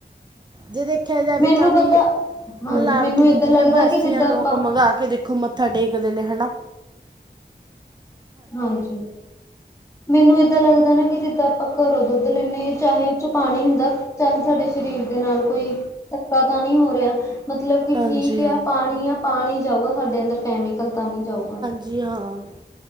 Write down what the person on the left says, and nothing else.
ਮੈਨੂੰ
ਪਤਾ, ਹਾਂਜੀ
ਮੈਨੂੰ
ਏਦਾਂ
ਲੱਗਦਾ
ਕਿ ਜਿੱਦਾਂ
ਆਪਾਂ
ਹਾਂਜੀ। ਮੈਨੂੰ ਏਦਾਂ ਲੱਗਦਾ ਨਾ ਕਿ ਜਿੱਦਾਂ ਆਪਾਂ ਘਰੋਂ ਦੁੱਧ ਲੈਂਦੇ ਹਾਂ ਚਾਹੇ ਉਹ ਚੋਂ ਪਾਣੀ ਹੁੰਦਾ ਚੱਲ ਸਾਡੇ ਸਰੀਰ। ਦੇ ਨਾਲ ਕੋਈ ਧੱਕਾ ਤਾਂ ਨਹੀਂ ਹੋ ਰਿਹਾ। ਮਤਲਬ ਕਿ
ਠੀਕ
ਆ ਪਾਣੀ ਆ। ਪਾਣੀ ਜਾਊਗਾ ਸਾਡੇ ਅੰਦਰ ਕੈਮੀਕਲ ਤਾਂ ਨਹੀ ਜਾਊਗਾ।